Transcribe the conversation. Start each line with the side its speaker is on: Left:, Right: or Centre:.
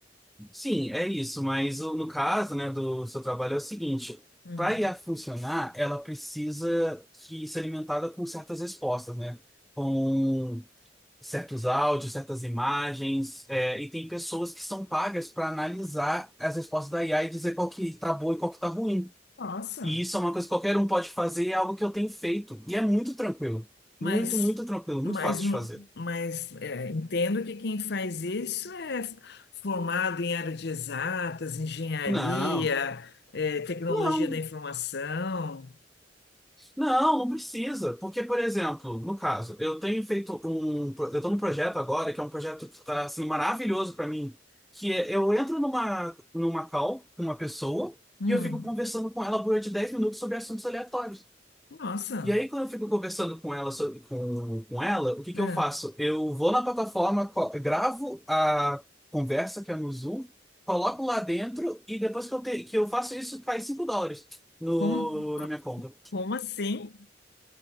Centre: Sim, é isso, mas o- no caso, né, do seu trabalho é o seguinte.
Left: Hum,
Centre: Para I a funcionar, ela precisa que ser alimentada com certas respostas, né? Com certos áudios, certas imagens, é, e tem pessoas que são pagas para analisar as respostas da IA e dizer qual que tá boa e qual que tá ruim.
Left: Nossa,
Centre: E isso é uma coisa que qualquer um pode fazer, é algo que eu tenho feito. E é muito tranquilo.
Left: mas,
Centre: Muito, muito tranquilo, muito
Left: mas,
Centre: fácil
Left: não-
Centre: de fazer.
Left: mas é, entendo que quem faz isso é formado em área de exatas, engenharia,
Centre: Não,
Left: é, tecnologia
Centre: não.
Left: da informação.
Centre: Não, não precisa. Porque, por exemplo, no caso, eu tenho feito um. pro- Eu estou num projeto agora, que é um projeto que está assim, maravilhoso para mim. Que é, eu entro numa, numa call com uma pessoa
Left: Hum.
Centre: e eu fico conversando com ela durante 10 minutos sobre assuntos aleatórios.
Left: Nossa,
Centre: E aí, quando eu fico conversando com ela, sobre- com, com ela, o que que
Left: é.
Centre: eu faço? Eu vou na plataforma, co- gravo a conversa que é no Zoom, coloco lá dentro e depois que eu, te, que eu faço isso, cai 5 dólares no,
Left: Como,
Centre: na minha conta.
Left: como assim?